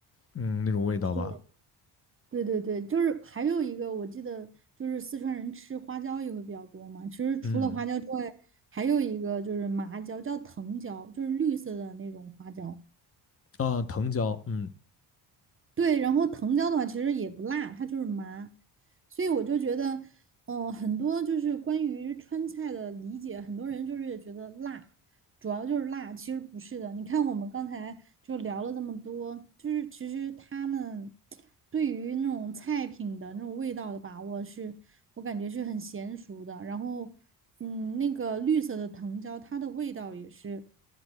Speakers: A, on the left; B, on the right.
A: 嗯，那种味道吧。
B: 是对对对，就是还有一个，我记得就是四川人吃花椒也会比较多嘛。其实除了花椒之外，
A: 嗯，
B: 还有一个就是麻椒，叫藤椒，就是绿色的那种花椒。
A: 啊，藤椒，嗯
B: 对，然后藤椒的话其实也不辣，它就是麻，所以我就觉得，嗯、很多就是关于川菜的理解，很多人就是觉得辣，主要就是辣，其实不是的。你看我们刚才就聊了这么多，就是其实他们对于那种菜品的那种味道的把握是，我感觉是很娴熟的。然后，嗯，那个绿色的藤椒，它的味道也是